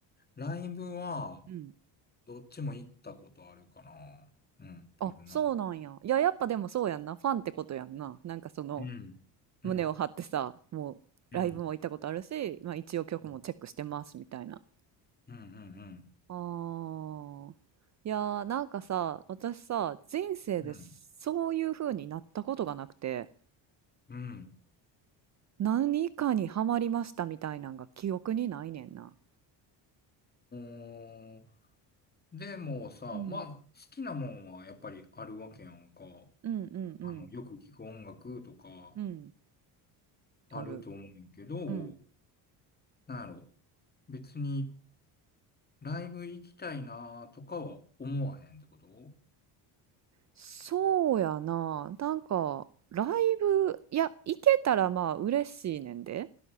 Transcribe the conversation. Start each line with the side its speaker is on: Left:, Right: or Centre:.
Left: ライブは
Right: うん。
Left: どっちも行ったことあるかな。うん、
Right: あ、
Left: あるな。
Right: そうなんや。いや、やっぱでもそうやんな。ファンってことやんな。なんかその、
Left: うんうん、
Right: 胸を張ってさ、もう、
Left: うん、
Right: ライブも行ったことあるし、まあ一応曲もチェックしてます、
Left: うん。
Right: みたいな。
Left: うんうんうん
Right: あー。いやー、なんかさ、私さ、人生でそういう風になったことがなくて、
Left: うん。うん。
Right: 何かにハマりましたみたいなんが記憶にないねんな。
Left: おー。でもさ、
Right: うん。
Left: まあ、好きなもんはやっぱりあるわけやんか。
Right: うんうんうん。
Left: あの、よく聞く音楽とか
Right: うん。
Left: あると思うんやけど、
Right: ある。うん。
Left: なんやろ。別にライブ行きたいなとかは思わへんってこと
Right: そうやな。なんか、ライブ、いや、行けたらまあ嬉しいねんで。